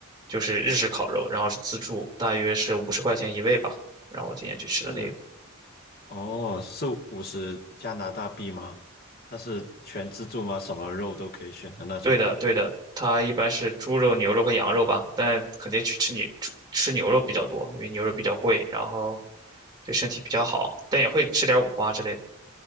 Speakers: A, on the right; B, on the left.
A: 就是日式烤肉，然后是自助，大约是五十块钱一位吧。然后我今天去吃的那个，
B: 是，哦，是五十加拿大币吗？它是全自助吗？什么肉都可以选的那种吗？
A: 对的，对的，它一般是猪肉、牛肉和羊肉吧，但肯定去吃牛吃吃牛肉比较多，因为牛肉比较贵，然后对身体比较好，但也会吃点五花之类的。